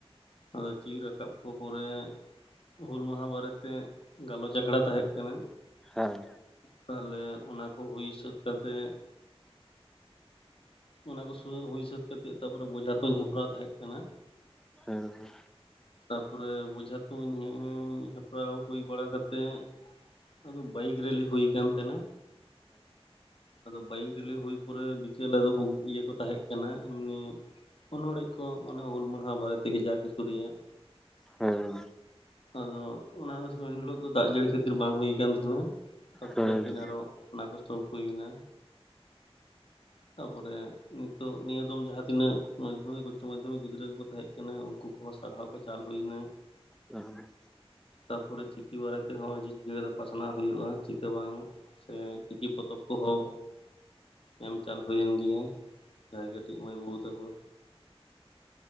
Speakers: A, on the left (about 60°); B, in the centre.
A: ᱟᱫᱚ ᱪᱤᱨ ᱨᱟᱠᱟᱵ ᱠᱚ ᱯᱚᱨᱮ ᱦᱩᱞ ᱢᱟᱦᱟ ᱵᱟᱨᱮ ᱛᱮ ᱜᱟᱞᱚᱪ ᱟᱠᱷᱲᱟ ᱛᱟᱦᱮᱸ ᱠᱟᱱᱟ᱾
B: ᱦᱮᱸᱻᱦᱮᱸ
A: ᱛᱟᱦᱚᱞᱮ ᱚᱱᱟ ᱠᱚ ᱦᱩᱭ ᱥᱟᱹᱛ ᱠᱟᱛᱮᱜ ᱚᱱᱟ ᱠᱚ ᱦᱩᱭ ᱥᱟᱛ ᱠᱟᱛᱮᱫ ᱛᱟᱨᱯᱚᱨᱮ ᱵᱚᱡᱷᱟ ᱛᱚᱧ ᱦᱮᱯᱨᱟᱣ ᱛᱟᱦᱮᱸ ᱠᱟᱱᱟ᱾
B: ᱦᱮᱸᱻ ᱦᱮᱸ
A: ᱛᱟᱯᱚᱨᱮ ᱵᱚᱡᱷᱟ ᱛᱩᱧ ᱦᱮᱯᱨᱟᱣ ᱦᱩᱭ ᱵᱟᱲᱟ ᱠᱟᱛᱮ ᱟᱫᱚ ᱵᱟᱭᱤᱠ ᱨᱮᱞᱤ ᱦᱩᱭ ᱟᱠᱟᱱ ᱛᱟᱦᱮᱸᱱᱟ᱾ ᱟᱫᱚ ᱵᱟᱭᱤᱠ ᱨᱮᱞᱤ ᱦᱩᱭ ᱯᱚᱨᱮ ᱵᱤᱠᱮᱞ ᱟᱫᱚ ᱤᱭᱟᱹ ᱠᱚ ᱛᱟᱦᱮᱸᱫ ᱮᱢᱱᱤ ᱚᱱᱚᱲ ᱠᱚ ᱦᱩᱞ ᱢᱟᱦᱟ ᱚᱱᱟ ᱵᱟᱨᱮ ᱛᱮᱜᱮ ᱡᱟ ᱠᱤᱪᱷᱩ ᱨᱮᱭᱟᱜ
B: ᱦᱮᱸ
A: ᱟᱫᱚ ᱚᱱᱟ ᱤᱱ ᱦᱤᱞᱥᱜ ᱫᱚ ᱫᱟᱜ ᱡᱟᱹᱲᱤ ᱠᱷᱟᱹᱛᱤᱨ ᱵᱟᱝ ᱦᱩᱭᱩ ᱟᱠᱟᱱ ᱛᱟᱦᱮᱱᱟ ᱛᱟᱨᱯᱚᱨᱮ
B: ᱦᱮᱸ
A: ᱫᱤᱱ
B: ᱦᱮᱸ
A: ᱟᱨᱚ ᱚᱱᱟ ᱠᱚ ᱥᱚᱵ ᱦᱩᱭ ᱮᱱᱟ᱾ ᱛᱟᱯᱚᱨᱮ ᱱᱤᱛᱚᱜ ᱱᱤᱭᱟᱹ ᱫᱚ ᱡᱟᱦᱟᱸᱛᱤᱱᱟᱹᱜ ᱢᱟᱫᱽᱫᱷᱚᱢᱤᱠ ᱩᱪᱪᱚ ᱢᱟᱫᱽᱫᱷᱚᱢᱤᱠ ᱜᱤᱫᱽᱨᱟᱹ ᱠᱚ ᱠᱚ ᱛᱟᱦᱮᱸ ᱠᱟᱱᱟ ᱩᱱᱠᱩ ᱠᱚᱦᱚᱸ ᱥᱟᱨᱦᱟᱣ ᱠᱚ ᱪᱟᱞ ᱦᱩᱭᱱᱟ᱾
B: ᱦᱮᱸ
A: ᱛᱟᱯᱚᱨᱮ ᱪᱤᱠᱤ ᱵᱟᱨᱮ ᱛᱮᱦᱚᱸ ᱪᱤᱠᱟᱹ ᱠᱟᱛᱮ ᱯᱟᱥᱱᱟᱣ ᱦᱩᱭᱩᱜᱼᱟ, ᱪᱤᱠᱟᱹ ᱵᱟᱝ ᱥᱮ ᱪᱤᱠᱤ ᱯᱚᱛᱚᱵ ᱠᱚᱦᱚᱸ ᱮᱢ ᱪᱟᱞ ᱦᱩᱭᱮᱱ ᱜᱮᱭᱟ ᱡᱟᱦᱟᱸᱭ ᱠᱟᱹᱴᱤᱡ ᱢᱟᱹᱭ ᱵᱟᱹᱵᱩ ᱛᱟᱠᱚ